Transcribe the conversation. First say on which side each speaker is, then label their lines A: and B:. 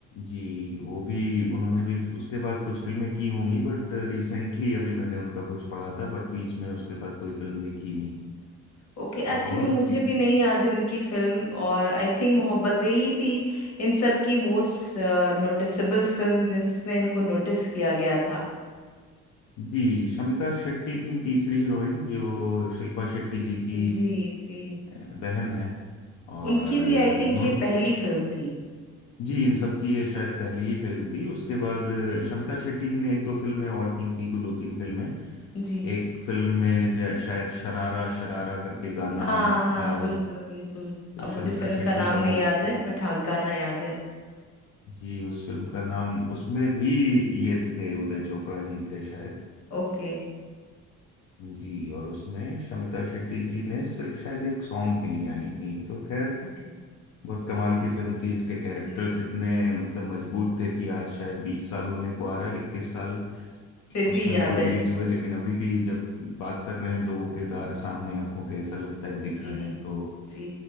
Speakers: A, on the left; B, on the left.
A: जी वो भी उन्होंने भी उसके बाद कुछ फिल्में की होंगी बट रिसेंटली अभी मैंने उनका कुछ पढ़ा था बट बीच में उसके बाद कोई फिल्म देखी नहीं
B: ओके एक्चुअली
A: और
B: मुझे
A: ती,
B: भी नहीं याद है उनकी फिल्म और आई थिंक मोहब्बतें ही थी इन सब की मोस्ट नोटिसेबल फिल्म जिसमें इनको नोटिस किया गया था
A: जी शमिता शेट्टी थी तीसरी हीरोइन जो शिल्पा शेट्टी जी की
B: जी जी
A: अ, बहन है और
B: उनकी भी आई थिंक
A: उन्होंने
B: ये पहली फिल्म थी
A: जी इन सब की ये शायद पहली ही फिल्म थी उसके बाद अ, शमिता शेट्टी जी ने एक दो फिल्में और की थी कुछ दो तीन फिल्में
B: जी
A: एक फिल्म में जय- शायद शरारा शरारा करके गाना
B: हाँ हाँ
A: था वो
B: बिल्कुल बिल्कुल
A: तो
B: अब मुझे
A: शमिता
B: फिल्म
A: शेट्टी
B: का नाम
A: का
B: नहीं
A: वो
B: याद है बट हाँ गाना याद है
A: जी उस फिल्म का नाम उसमें भी ये थे उदय चोपड़ा जी थे शायद
B: ओके
A: जी और उसमें शमिता शेट्टी जी ने सिर्फ शायद एक सॉन्ग के लिए आई थी तो खैर
B: ओके
A: बहुत कमाल की फिल्म थी इसके कैरेक्टर्स
B: जी
A: इतने मतलब मजबूत थे कि आज शायद बीस साल होने को आ रहा है इक्कीस साल
B: फिर
A: उस
B: भी
A: फिल्म
B: याद
A: को
B: है
A: रिलीज हुए लेकिन अभी भी जब बात कर रहे हैं तो वो किरदार सामने आंखों के ऐसा लगता है दिख
B: जी
A: रहे हैं तो
B: जी